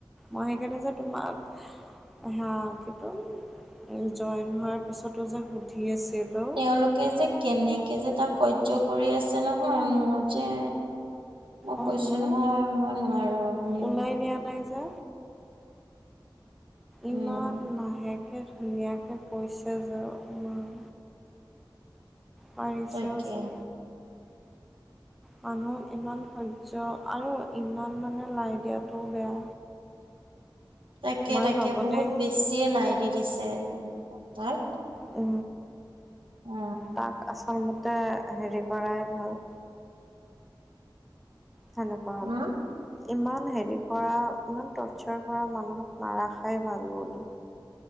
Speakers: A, in the centre; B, on the right.
A: মই সেইকাৰণে যে তোমাক স কিন্তু জইন হোৱাৰ পিছতো যে সুধি আছিলোঁ।
B: তেওঁলোকে যে কেনেকে যে তাক সহ্য কৰি আছে নহয় মোৰ যে মই
A: অ',
B: কৈছোঁ
A: ন
B: নহয় মই নোৱাৰো। উম
A: ওলাই নিয়া নাই যে ইমান
B: উম
A: লাহেকৈ ধুনীয়াকৈ কৈছে যা ইমান পাৰিছেও
B: তাকে
A: যে মানুহক ইমান সহ্য আৰু ইমান মানে লাই দিয়াটোও বেয়া।
B: তাকে,
A: মই
B: তাকে
A: ভাবোঁ
B: বহুত
A: দেই
B: বেছিয়ে লাই দি দিছে ই তাক।
A: উ।
B: উ
A: তাক আচল মতে হেৰি কৰাই ভাল। সেইনোকোৱা হ'লে।
B: উম
A: ইমান হেৰি কৰা ইমান টৰ্চাৰ কৰা মানুহক নাৰাখাই ভাল বুলো।